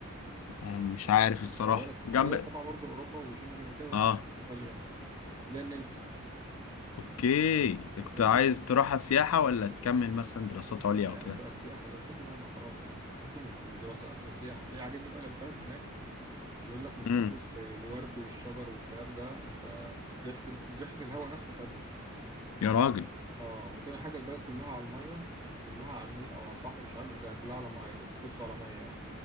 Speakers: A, on the left; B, on the right.
A: آه، مش عارف الصراحة
B: هي بلد حتى
A: جنب
B: بلد تبع برضه اوروبا وشنجن وكده بس
A: آه
B: مش في ايطاليا يعني اللي هي النمسا
A: أوكي كنت
B: بشوف
A: عايز تروحها سياحة ولا تكمل مثلا دراسات عليا
B: لا
A: أو
B: يا
A: كده
B: عم تبقى سياحة دراستي بقى ما خلاص لا ممكن مش مش دراسة تبقى سياحة ليه عاجبني بقى البلد هناك بيقول لك من
A: امم
B: كتر ال- الورد والشجر والكلام ده انت ريحة ال- ريحة الهواء نفسه حلو
A: يا راجل
B: اه وتاني حاجة البلد كلها على المية كلها على النيل أو على البحر مش عارف بس هي كلها على مية بتبص على مية يعني